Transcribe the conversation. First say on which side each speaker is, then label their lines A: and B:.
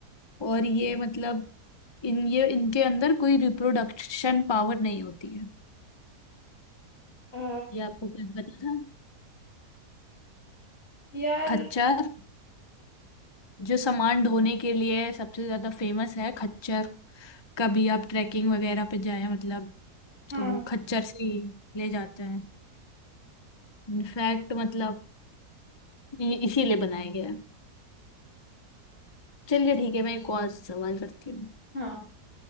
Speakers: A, on the left; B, on the left.
A: और ये मतलब इन ये इनके अंदर कोई रिप्रोडक्शन पावर नहीं होती है
B: अ,
A: ये आपको कुछ पता था
B: यार
A: खच्चर जो सामान ढोने के लिए सबसे ज्यादा फेमस है खच्चर कभी आप ट्रैकिंग वगैरह पे जाए मतलब
B: हाँ
A: तो वो खच्चर से ही ले जाते हैं इनफैक्ट मतलब ये इसीलिए बनाया गया है चलिए ठीक है मैं एक और सवाल करती हूँ
B: हाँ